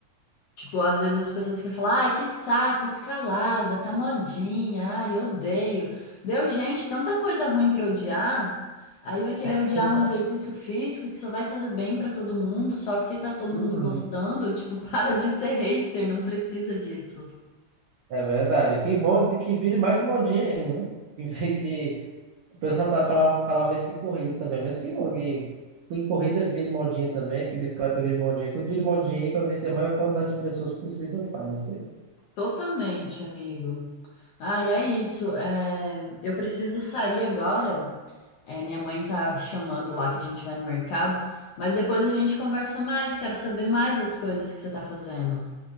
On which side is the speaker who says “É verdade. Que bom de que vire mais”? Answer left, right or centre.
Right